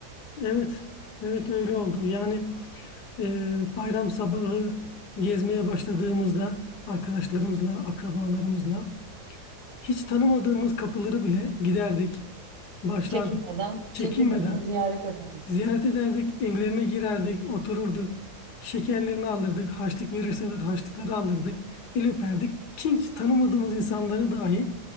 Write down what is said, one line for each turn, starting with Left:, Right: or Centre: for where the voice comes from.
Left: Evet. Evet öyle oldu. Yani Ee, bayram sabahı gezmeye başladığımızda arkadaşlarımızla, akrabalarımızla hiç tanımadığımız kapıları bile giderdik, başlardık.
Right: Çekinmeden,
Left: Çekinmeden
Right: çekinmeden ziyaret ederdik.
Left: ziyaret ederdik, evlerine girerdik, otururduk. Şekerlerini alırdık, harçlık verirseler harçlıkları alırdık, el öperdik. Hiç tanımadığımız insanları dahi